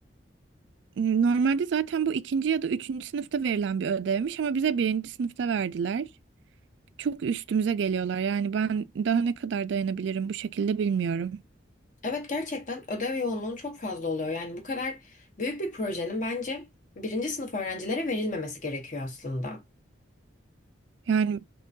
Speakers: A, on the right (about 70°); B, on the left (about 40°).
A: Normalde zaten bu ikinci ya da üçüncü sınıfta verilen bir ödevmiş ama bize birinci sınıfta verdiler. Çok üstümüze geliyorlar. Yani ben daha ne kadar dayanabilirim bu şekilde bilmiyorum.
B: Evet gerçekten ödev yoğunluğun çok fazla oluyor. Yani bu kadar büyük bir projenin bence birinci sınıf öğrencilere verilmemesi gerekiyor aslında.
A: Yani